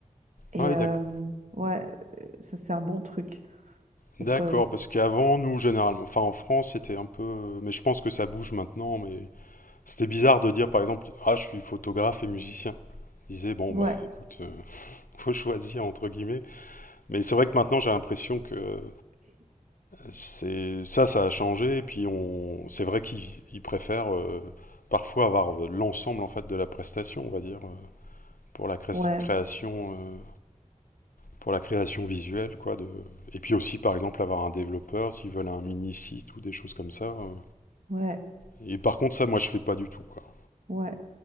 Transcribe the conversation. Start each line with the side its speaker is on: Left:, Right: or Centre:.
Right: Et
Left: Ah ouais,
Right: euh,
Left: d'ac-
Right: ouais, euh, ça, c'est un bon truc. Parce
Left: d'accord,
Right: que, c'est-
Left: parce qu'avant, nous, généralement, enfin en France, c'était un peu. euh, Mais je pense que ça bouge maintenant, mais c'était bizarre de dire par exemple, ah, je suis photographe et musicien. Je disais, bon,
Right: ouais,
Left: bah écoute, euh, <laughs> faut choisir entre guillemets. Mais c'est vrai que maintenant, j'ai l'impression que euh, c'est ça, ça a changé, et puis on... c'est vrai qu'ils ils préfèrent euh, parfois avoir euh, l'ensemble en fait de la prestation, on va dire, euh, pour la cré-
Right: ouais,
Left: création. euh, pour la création visuelle, quoi. De... Et puis aussi, par exemple, avoir un développeur s'ils veulent un mini site ou des choses comme ça. euh.
Right: ouais,
Left: Et par contre, ça, moi, je fais pas du tout, quoi.
Right: ouais.